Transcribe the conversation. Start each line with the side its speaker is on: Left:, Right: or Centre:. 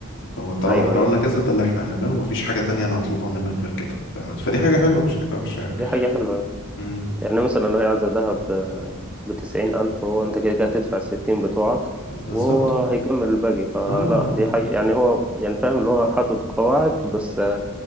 Left: هو طالما
Centre: ايوه
Left: احنا
Centre: ايوه
Left: قلنا كذا
Centre: فاهمك
Left: ده اللي احنا هنعمله مفيش حاجة تانية أنا هطلبها منك غير كده فاهم؟ فدي حاجة حلوة مش حاجة وحشة يعني.
Centre: دي حاجة حلوة
Left: مم.
Centre: يعني مثلا لو هي عايزة ذهب آه، بتسعين ألف هو أنت كده كده هتدفع الستين بتوعك
Left: بالظبط
Centre: وهو هيكمل الباقي فلا
Left: اه
Centre: دي حاجة يعني هو يعني فاهم اللي هو حاطط قواعد بس